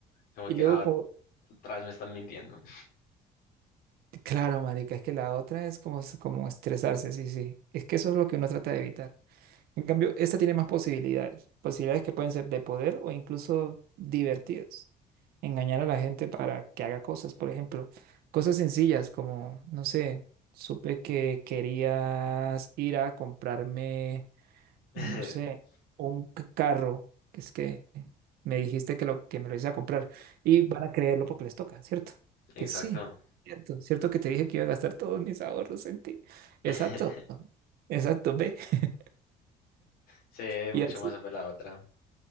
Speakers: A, on the left; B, on the right.
A: Como
B: Y
A: que
B: luego,
A: ah,
B: como,
A: atrás me están mintiendo.
B: claro, marica, es que la otra es como, s- como estresarse, sí, sí. Es que eso es lo que uno trata de evitar. En cambio, esta tiene más posibilidades, posibilidades que pueden ser de poder o incluso divertidas. Engañar a la gente para que haga cosas, por ejemplo, cosas sencillas como, no sé, supe que querías ir a comprarme
A: <laughs>
B: no sé, o un c- carro, que es que me dijiste que lo que me lo hice a comprar y van a creerlo porque les toca, ¿cierto?
A: Exacto.
B: Que sí, cierto, cierto que te dije que iba a gastar todos mis ahorros en ti.
A: <laughs>
B: Exacto, exacto, ve. <laughs>
A: Sí,
B: Y
A: mucho
B: así.
A: más fue la otra.